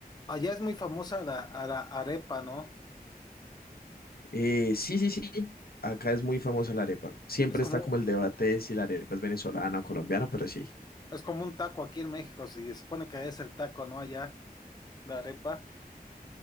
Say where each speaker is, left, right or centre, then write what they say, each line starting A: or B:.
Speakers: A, on the left; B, on the left.
A: Allá es muy famosa la, a la arepa, ¿no?
B: Eh, sí, sí, sí. Acá es muy famosa la arepa. Siempre
A: Es como,
B: está como el debate de si la arepa es venezolana o colombiana, pero sí.
A: es como un taco aquí en México, si se supone que allá es el taco, ¿no? Allá, la arepa.